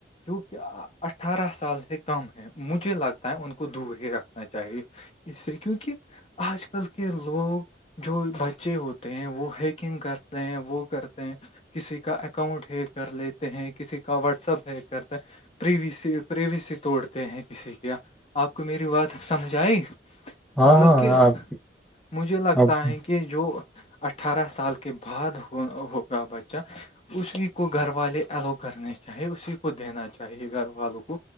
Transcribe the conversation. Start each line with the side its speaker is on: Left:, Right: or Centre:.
Left: جو کہہ اٹھارہ سال سے کم ہیں مجھے لگتا ہے ان کو دور ہی رککھنا چاہیے اس سے کیونکہ آج کل کے لوگ جو بچے ہوتے ہیں وہ ہیکنگ کرتے ہیں وہ کرتے ہیں کسی کا اکاؤنٹ ہ کر لیتے ہیں کسی کا واٹسپ ہ کرتا ہے پریوی سے پریوی سے توڑتے ہیں کسی کیا آپ کو میری بات سمجھ آئی
Centre: ہاں
Left: مطلب
Centre: ہاں
Left: کہ
Centre: آپ
Left: مجھے لگتا
Centre: آپ
Left: ہے کہ کہ جو اٹھارہ سال کے بعد ہوگا بچہ اسی کو گھر والے ایلو کرنے چاہیے اسی کو دینا چاہیے گھر والوں کو